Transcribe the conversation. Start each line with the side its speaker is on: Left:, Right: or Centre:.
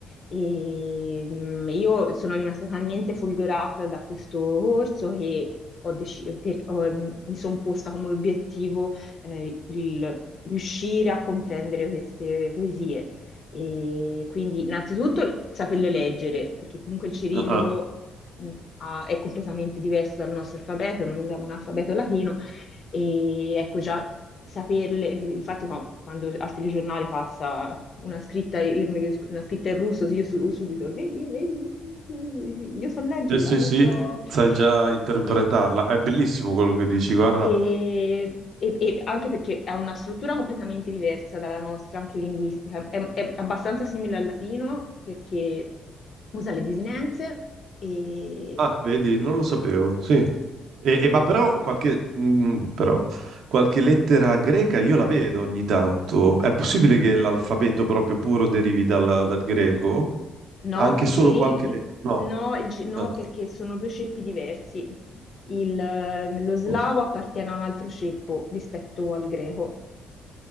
Left: e mh, io sono rimasta talmente folgorata da questo corso che ho deci- per- ho- mm, mi sono posta come obiettivo eh, il riuscire a comprendere queste poesie. E quindi innanzitutto saperle leggere, perché comunque il cirillico
Right: ah, ah.
Left: mh, ha- è completamente diverso dal nostro alfabeto, noi usiamo un alfabeto latino e ecco già saperle, infatti qua- quando al telegiornale passa una scritta in, una scritta in russo, sì, io su- subito, vedi, vedi, io so leggerla,
Right: Eh, sì,
Left: io
Right: sì,
Left: so...
Right: sai già interpretarla.
Left: E,
Right: È bellissimo quello che dici, guarda.
Left: e- e- e anche perché ha una struttura completamente diversa dalla nostra, anche linguistica. È, è abbastanza simile al latino perché usa le desinenze e,
Right: Ah, vedi, non lo sapevo, sì. E, e ma però qualche, mm, però qualche lettera greca io la vedo ogni tanto. È possibile che l'alfabeto proprio puro derivi dal, dal greco?
Left: No,
Right: Anche
Left: il
Right: solo
Left: Cyril,
Right: qualche lettera? No.
Left: no, il Ci- no,
Right: Ah, a
Left: perché sono due ceppi diversi. Il, eh, lo slavo
Right: posto.
Left: appartiene a un altro ceppo rispetto al greco.